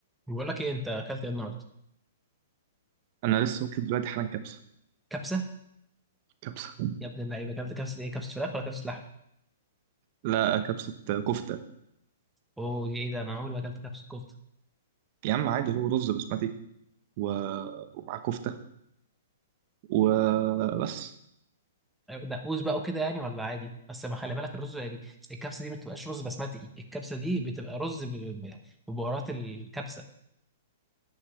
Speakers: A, in the centre; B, on the right (about 40°).
A: بقول لك ايه انت اكلت ايه النهارده
B: انا لسه واكل دلوقتي حالا كبسه
A: كبسه
B: كبسه
A: يا ابن اللعيبه اكلت كبسه ايه كبسه فراخ ولا كبسه لحم
B: لا كبسه كفته
A: اوه دي ايه ده انا عمري ما اكلت كبسه كفته
B: يا عم عادي هو رز بسمتي و... ومعاه كفته وبس
A: أيوة، دقوس بقى وكده يعني ولا عادي بس ما خلي بالك الرز يعني الكبسه دي ما بتبقاش رز بسمتي الكبسه دي بتبقى رز ب- ب- ببهارات الكبسه